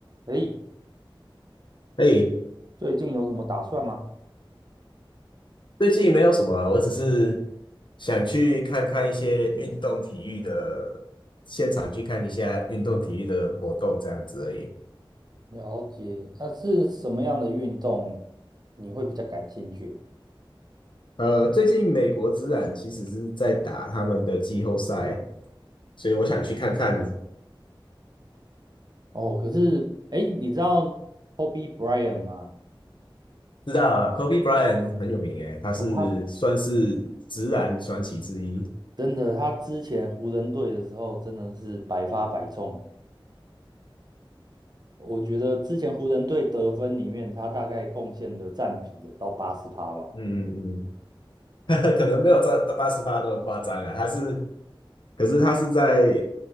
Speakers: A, on the right; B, on the left.
A: 诶，
B: 哎，
A: 最近有什么打算吗？
B: 最近没有什么啊我只是想去看看一些运动体育的现场，去看一下运动体育的活动这样子而已。
A: 了解，那、是什么样的运动你会比较感兴趣？
B: 呃，最近美国职篮其实是在打他们的季后赛，所以我想去看看。
A: 哦，可是，诶，你知道 Kobe Bryant 吗？
B: 知道啊 Kobe Bryant 很有名诶，他是算是职篮传奇之一。
A: 哦，他真的，他之前湖人队的时候真的是百发百中。我觉得之前湖人队得分里面，他大概贡献的占比有到八十趴吧。
B: 嗯嗯嗯，<laughs> 可能没有这八十八那么夸张啊，他是可是他是在